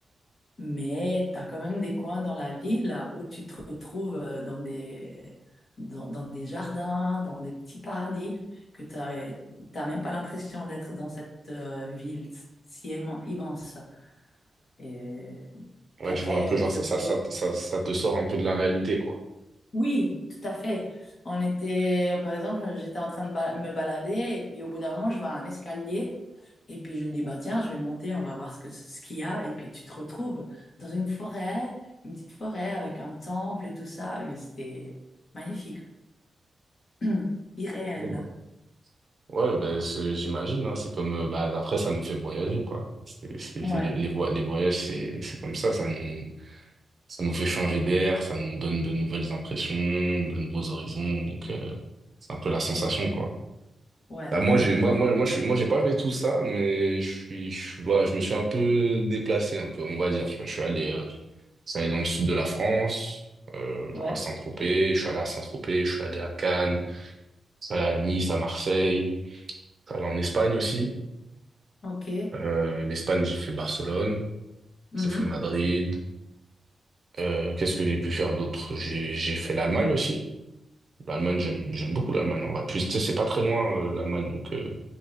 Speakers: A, on the left; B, on the right.
A: Mais tu as quand même des coins dans la ville là, où tu te retrouves euh, dans des, dans, dans des jardins, dans des petits paradis, que tu n'as même pas l'impression d'être dans cette euh, ville si aimant- immense. Et
B: Ouais,
A: puis après,
B: je vois un peu, genre,
A: Kyoto.
B: ça, ça, ça, ça, ça te sort un peu de la réalité, quoi.
A: Oui, tout à fait. On était, par exemple, j'étais en train de ba- me balader et puis au bout d'un moment, je vois un escalier et puis je dis, bah tiens, je vais monter, on va voir ce que, ce qu'il y a. Et puis tu te retrouves dans une forêt, une petite forêt avec un temple et tout ça. Mais c'était magnifique, <clears throat> irréel.
B: Bon, bah. Ouais, ben, c'est- j'imagine, hein, c'est comme, euh, bah, après, ça nous fait voyager, quoi. C'est, c'est,
A: Ouais,
B: c'est- les, voy- les voyages, c'est, c'est comme ça, ça nous, Ça nous fait changer d'air, ça nous donne de nouvelles impressions, de nouveaux horizons. Donc, euh, c'est un peu la sensation,
A: exact.
B: quoi.
A: Ouais,
B: Bah, moi,
A: exa-
B: j'ai, moi,
A: exactement.
B: moi, moi, je suis- moi, j'ai pas fait tout ça, mais je suis, je, suis- voilà, je me suis un peu déplacé, un peu, on va dire. Tu vois, je suis allé, euh, je suis allé dans le sud de la France, euh, genre
A: Ouais,
B: à Saint-Tropez. Je suis allé à Saint-Tropez, je suis allé à Cannes, je suis allé à Nice, à Marseille. Je suis allé en Espagne aussi.
A: ok.
B: Euh, l'Espagne, j'ai fait Barcelone,
A: Mhm.
B: j'ai fait Madrid. Euh, qu'est-ce que j'ai pu faire d'autre? J'ai, j'ai fait l'Allemagne aussi. L'Allemagne, j'aime, j'aime beaucoup l'Allemagne en vrai. Puis, tu sais, c'est pas très loin, euh, l'Allemagne, donc euh,